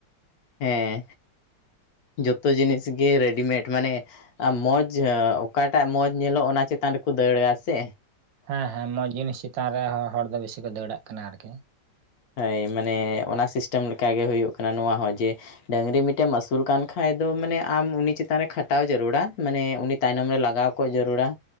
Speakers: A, on the left; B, on the right.
A: ᱦᱮᱸ ᱡᱚᱛᱚ ᱡᱤᱱᱤᱥ ᱜᱮ ᱨᱮᱰᱤᱢᱮᱰ ᱢᱟᱱᱮᱼᱼ ᱟᱨ ᱢᱚᱡᱽ ᱚᱠᱟᱴᱟᱜ ᱢᱚᱡᱽ ᱧᱮᱞᱚᱜ ᱚᱱᱟ ᱪᱮᱛᱟᱱ ᱨᱮᱠᱚ ᱫᱟᱹᱲᱟ ᱥᱮᱼᱼ
B: ᱦᱮᱸ ᱦᱮᱸ ᱢᱚᱡᱽ ᱡᱤᱱᱤᱥ ᱪᱮᱛᱟᱱ ᱨᱮ ᱦᱚᱲ ᱫᱚ ᱵᱤᱥᱤ ᱠᱚ ᱫᱟᱹᱲᱟᱜ ᱠᱟᱱᱟ ᱟᱨᱠᱤ᱾
A: ᱦᱳᱭ ᱢᱟᱱᱮ ᱚᱱᱟ ᱥᱤᱥᱴᱮᱢ ᱞᱮᱠᱟᱜᱮ ᱦᱩᱭᱩᱜ ᱠᱟᱱᱟ ᱱᱚᱣᱟ ᱦᱚᱸ ᱡᱮᱼᱼ ᱰᱟᱹᱝᱨᱤ ᱢᱤᱫᱴᱮᱱ ᱮᱢ ᱟᱹᱥᱩᱞ ᱠᱟᱱ ᱠᱷᱟᱱ ᱫᱚ ᱢᱟᱱᱮ ᱟᱢ ᱩᱱᱤ ᱪᱮᱛᱟᱱ ᱨᱮ ᱠᱷᱟᱴᱟᱣ ᱡᱟᱹᱨᱩᱲᱟ ᱢᱟᱱᱮᱼᱼ ᱛᱟᱭᱱᱚᱢ ᱨᱮ ᱞᱟᱜᱟᱣ ᱠᱚᱜ ᱡᱟᱹᱨᱩᱲᱟ